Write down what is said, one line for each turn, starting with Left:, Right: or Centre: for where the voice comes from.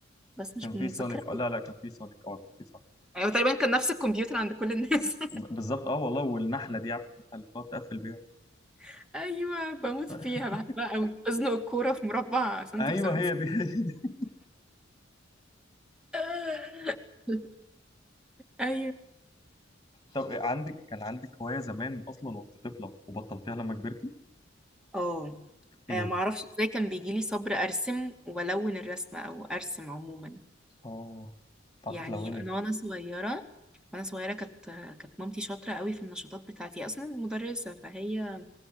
Centre: بس مش
Left: كان
Centre: متذكرة
Left: في سونيك اه
Centre: قوي
Left: لا لا كان في سونيك اه كان في سونيك
Centre: ايوه تقريبا كان نفس الكمبيوتر عند كل الناس
Left: ب- بالظبط اه والله والنحله دي عارفه النحله اللي بتقعد تقفل بيها
Centre: <laughs> ايوه بموت
Left: <laughs>
Centre: فيها بحبها قوي ازنق الكورة في مربع سنتي
Left: ايوه
Centre: في سنتي
Left: هي دي هي دي
Centre: <laughs> ايوه
Left: طب إيه عندك كان عندك هوايه زمان اصلا وانت طفله وبطلتيها لما كبرتي؟
Centre: اه
Left: ايه؟
Centre: آه، معرفش ازاي كان بيجيلي صبر ارسم والون الرسمة او ارسم عموما
Left: اه بتعرفي
Centre: يعني
Left: تلوني؟
Centre: انا وانا صغيره وانا صغيره كانت كانت مامتي شاطره قوي في النشاطات بتاعتي اصلا مدرسه فهي